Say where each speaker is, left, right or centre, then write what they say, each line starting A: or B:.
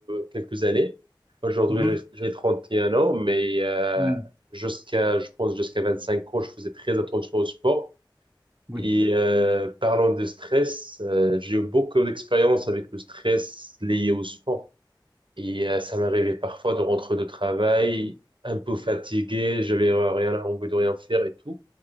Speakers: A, on the right; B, on the right.
A: quelques années. Aujourd'hui,
B: Mhm.
A: je- j'ai 31 ans, mais euh,
B: Oui,
A: jusqu'à, je pense, jusqu'à 25 ans, je faisais très attention au sport.
B: oui,
A: Et euh, parlant de stress, euh, j'ai eu beaucoup d'expérience avec le stress lié au sport. Et euh, ça m'arrivait parfois de rentrer de travail un peu fatigué, j'avais rien envie de rien faire et tout.